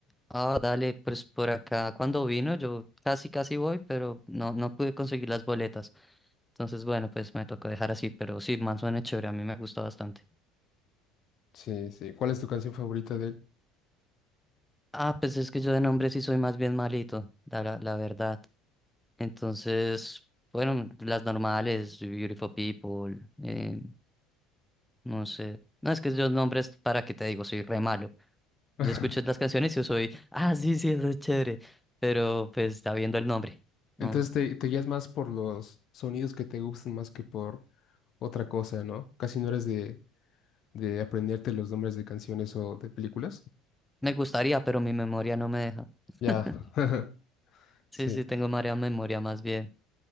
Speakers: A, in the centre; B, on the left.
A: Ah, dale, pues por acá cuando vino yo casi casi voy, pero no, no pude conseguir las boletas. Entonces, bueno, pues me tocó dejar así, pero sí, Manson es chévere, a mí me gustó bastante.
B: Sí, sí. ¿Cuál es tu canción favorita de él?
A: Ah, pues es que yo de nombre sí soy más bien malito, la, la verdad. Entonces, bueno, las normales, Beautiful People, eh, no sé. No, es que yo nombres, para qué te digo, soy re malo.
B: <laughs>
A: Yo escucho las canciones y yo soy, ah, sí, sí, eso es chévere. Pero pues está viendo el nombre. No,
B: Entonces te, te guías más por los sonidos que te gustan más que por otra cosa, ¿no? Casi no eres de, de aprenderte los nombres de canciones o de películas.
A: me gustaría, pero mi memoria no me deja. <laughs>
B: Ya. <laughs>
A: Sí, sí,
B: Sí.
A: tengo marea memoria más bien.